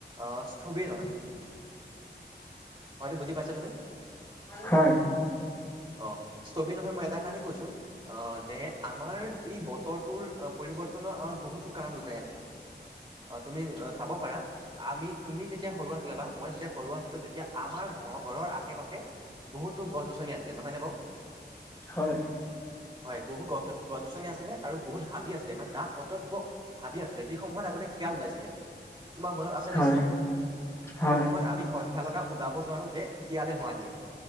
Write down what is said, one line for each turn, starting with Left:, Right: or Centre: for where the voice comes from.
Right: আহ স্থবিৰ নহয় মানে। হয়তো বুজি পাইছা তুমি?
Left: হয়।
Right: অ' স্থবিৰ নহয় মই এটা কাৰণেই কৈছো আ দে আমাৰ এই বতৰটোৰ পৰিৱৰ্তনৰ আৰত বহুতো কাৰণ লুকাই আছে। অ' তুমি চাব পাৰা আমি তুমি যেতিয়া সৰু আছিলা বা মই যেতিয়া সৰু আছিলো তেতিয়া আমাৰ ঘ ঘৰৰ আশে পাশে বহুতো গছ গছনি আছিলে নহয় নে বাও
Left: হয়
Right: হয় বহুত গছ গছ গছ গছনি আছিলে আৰু বহুত হাবি আছিলে ইমান দাক অটব্য হাবি আছিলে যিসমূহত আগতে শিয়াল ওলাইছিলে তোমাৰ মনত আছে
Left: হয়,
Right: নিশ্চয়
Left: হয়,
Right: যিটো সময়ত আমি সন্ধ্যা লগা ওলাব নোৱাৰো যে শিয়ালে হোৱা দিয়ে